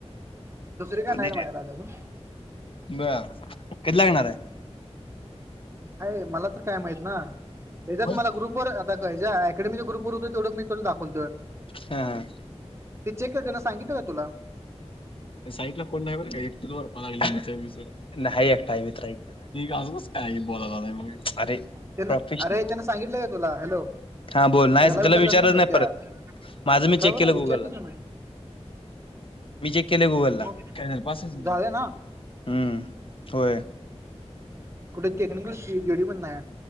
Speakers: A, on the right; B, on the left.
A: दुसरी काय
B: पुणे
A: नाही रे माझ्याकडे आली अजून
B: बर कधी लागणार आहे
A: काय मला तर काय माहित ना त्याच्यात
B: होय.
A: मला ग्रुप वर का अकेडमीच्या ग्रुपरतो तेवढ मीला दावतो
B: हा हा
A: ते चेक करतेना सांगितलं का तुला
B: साईट ला कोणर काय द प नाही एकटा आहे मित्र के का बोला अरे
A: त्यान
B: प्रोफेशनल
A: अरे त्यांन सांगितलं का तुला हॅलो
B: हा बोल नाहीच
A: ह्याला
B: त्याला
A: विचारलंच
B: विचारच
A: ना
B: नाही
A: त्या
B: परत माझं मी
A: का
B: चेक
A: बरं
B: केलं गुगल
A: विचारतील
B: ला
A: ना
B: मी चेक केले गुगल ला
A: मग
B: कॅल पाच न
A: झालं ना
B: हम्म होय
A: कुठे टेक्निकल जोडी बण